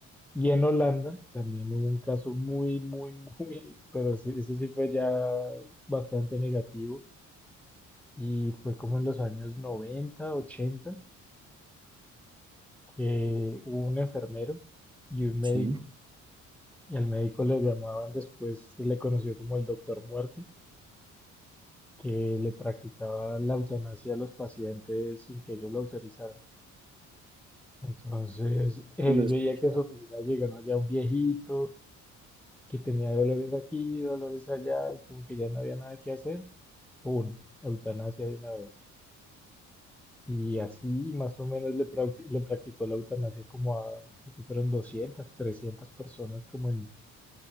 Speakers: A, in the centre; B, on the right (about 15°).
A: Y en Holanda también hubo un caso muy, muy, muy, pero ese ese sí fue ya bastante negativo y fue como en los años 90 80, que hubo un enfermero y un
B: <clears throat>
A: médico
B: Sí.
A: y al médico le llamaban después, se le conoció como el doctor muerte que le practicaba la eutanasia a los pacientes sin que ellos lo autorizaran. Entonces,
B: creo
A: él
B: que lo he escuchado.
A: veía que a su oficina llegaba ya un viejito que tenía dolores aquí, dolores allá, y como que ya no había nada que hacer, ¡pum! Eutanasia de una vez. Y así más o menos le, practi- le practicó la eutanasia como a, creo que fueron 200, 300 personas, como en,